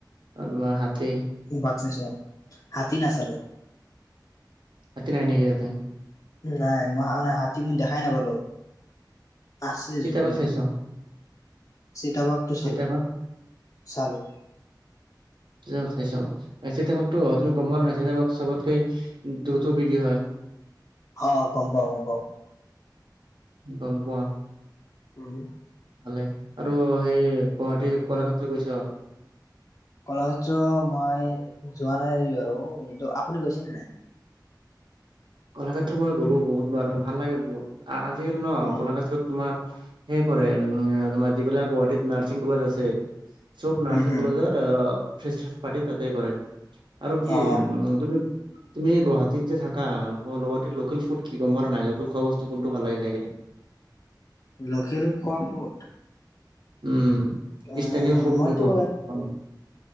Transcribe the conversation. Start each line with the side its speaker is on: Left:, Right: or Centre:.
Right: আমাৰ হাাতি,
Left: বাঘ হাতী নাচালো।
Right: আতিনেনেতে।
Left: নাই মই মানে হাতী মই দেখাই নাপলো। আছে
Right: চিতাবাঘ
Left: যদিও,
Right: চাইছ
Left: চিতাবাগটো
Right: চিতাবাঘ
Left: চালো চালোঁ।
Right: চ চাই চিতাবকতো তুমি গম পোৱা নাই চাবক, চবতকেই দ্ৰুত বেগি হয়।
Left: অ, গমপাওঁ-গমপাওঁ
Right: গম পোৱা
Left: উম
Right: ভালে। আৰু সেই গুৱাহাটী কলাক্ষেত্ৰ গৈছ।
Left: কলাক্ষেত্ৰ মই যোৱা নাই বাৰু কিন্তু আপুনি গৈছেনে নাই।
Right: কলাক্ষেত্ৰ মই গ'লো বহুত বাৰ ভাল লাগে বহুত আজিকালি ন
Left: উম
Right: কলাক্ষেত্ৰত তোমাৰ, সেই কৰে আৰু যিবিলাক গুৱাহাটীত নাৰ্ছিং কলেজ আছে চব নাৰ্ছিং
Left: হম
Right: কলেজৰ আ ফ্ৰেছ্ৰেছ পাৰ্টি তাতে কৰে আৰু কি
Left: অ
Right: তুমি তুমি গুৱাহাটীত যে থাকা, কাম, গুৱাহাটীত লোকেল ফুড কি? গম পোৱা নে নাই? লোকেল খোৱা বস্তু কোনটো ভাল লাগে, খাই কিনে?
Left: লোকেল খোৱা ফুড
Right: উম,
Left: অ
Right: স্থানীয় ফুড
Left: মইতো
Right: কোনটো হয়?